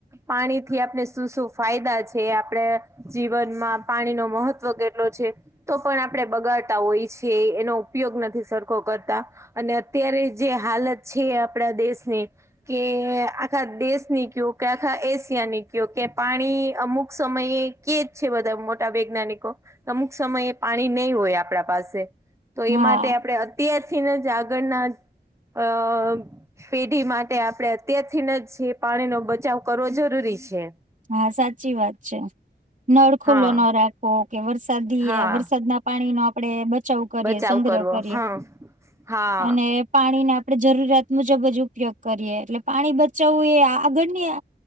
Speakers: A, on the right; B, on the right.
A: પાણી થી આપણે શું શું ફાયદા છે આપડે જીવનમાં પાણી નો મહત્વ કેટલો છે, તો પણ આપણેે બગાડતા હોઈ છીએ એનો ઉપયોગ નથી સરખો કરતા અને અત્યારે જે હાલત છે, આપણા દેશની કે આખા દેશ ની કયો કે આખા એશિયા ની કયો કે પાણી અમુક સમયે કેજ છે બધા મોટા વૈજ્ઞાનિકો અમુક સમયે પાણી નહી હોય આપણા પાસે તો
B: હા
A: એ માટે આપણે અત્યારથીને જ આગળના અ પેઢી માટે આપડે અત્યારથીને જ પાણીનો બચાવ કરવો જરૂરી છે,
B: હા સાચી વાત છે, નળ ખુલ્લો
A: હા
B: ન રાખવો કે વરસાદી
A: હા
B: વરસાદી ના પાણી નો આપણેે બચાવ કરીએ
A: બચાવ
B: સંગ્રહ
A: કરવો
B: કરીએ
A: હા હા
B: અને પાણીને આપણે જરૂરિયાત મુજબ જ ઉપયોગ કરીએ એટલે પાણી બચાવવું એ આગળની